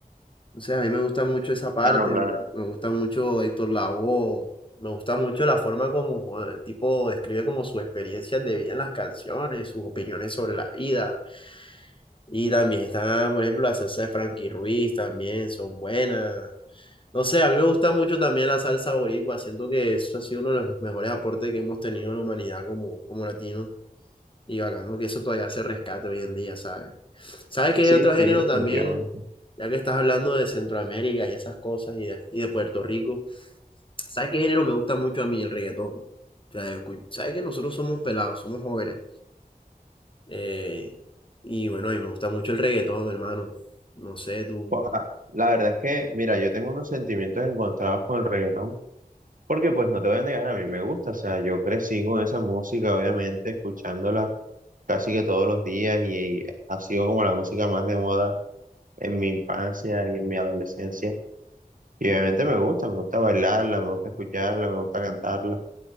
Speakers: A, on the left; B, on the right.
A: O sea, a mí me gusta mucho esa parte,
B: Claro, claro.
A: me gusta mucho Héctor Lavoe, me gusta mucho la forma como eh, el tipo describe como sus experiencias de vida en las canciones, sus opiniones sobre la vida Y también está, por ejemplo, la salsa de Frankie Ruiz, también son buenas. No sé, a mí me gusta mucho también la salsa boricua, siento que eso ha sido uno de los mejores aportes que hemos tenido en la humanidad como, como latinos. Y bacano que eso todavía se rescate hoy en día, ¿sabes? ¿Sabes qué
B: Sí,
A: hay otro género
B: sí, definitivamente.
A: también? Ya que estás hablando de Centroamérica y esas cosas y de, y de Puerto Rico, ¿sabes qué género me gusta mucho a mí? El reggaetón. O sea, yo escu- ¿sabes que nosotros somos pelados, somos jóvenes? Eh, y bueno, a mí me gusta mucho el reggaetón, hermano. No sé, tú.
B: Pues, ah, la verdad es que, mira, yo tengo unos sentimientos encontrados con el reggaetón, porque pues no te voy a negar, a mí me gusta, o sea, yo crecí con esa música, obviamente, escuchándola casi que todos los días y, y ha sido como la música más de moda en mi infancia y en mi adolescencia Y obviamente me gusta, me gusta bailarla, me gusta escucharla, me gusta cantarla,